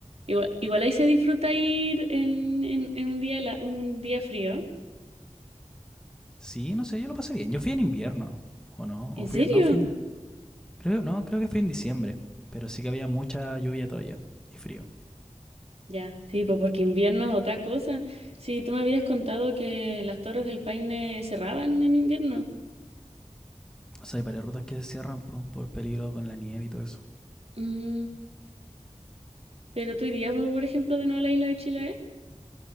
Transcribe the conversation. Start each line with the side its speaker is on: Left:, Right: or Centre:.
Right: igual, igual ahí se disfruta ir en, en, en un día, hela- un día frío.
Centre: Sí, no sé, yo lo pasé bien. Yo fui en invierno, ¿o no?
Right: ¿En
Centre: O fui,
Right: serio?
Centre: no, fui en, creo, no, creo que fui en diciembre. Pero sí que había mucha lluvia todavía y frío.
Right: Ya, sí, pues porque invierno es otra cosa. Sí, tú me habías contado que las Torres del Paine cerraban en invierno.
Centre: O sea, hay varias rutas que se cierran po- por, peligro con la nieve y todo eso.
Right: Mm, Pero tú irías, por por ejemplo, de nuevo a la isla de Chiloé.